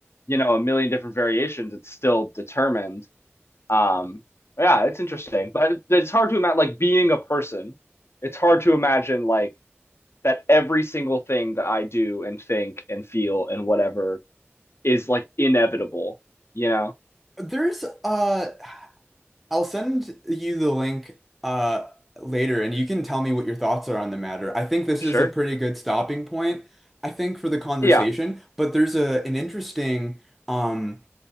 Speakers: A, on the left; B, in the centre.
A: you know, a million different variations, it's still determined. Um, yeah, it's interesting, but it's hard to imagine like being a person. It's hard to imagine like that every single thing that I do and think and feel and whatever is like inevitable, you know?
B: there's uh, I'll send you the link uh later and you can tell me what your thoughts are on the matter. I think this
A: Sure.
B: is a pretty good stopping point, I think, for the conversation,
A: Yeah.
B: but there's a an interesting um